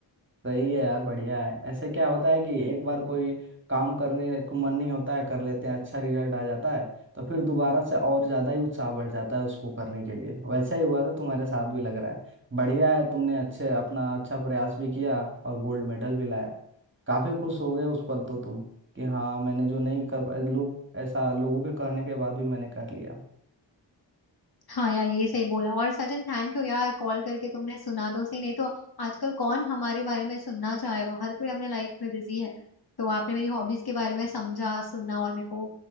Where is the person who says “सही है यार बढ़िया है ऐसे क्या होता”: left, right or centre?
Right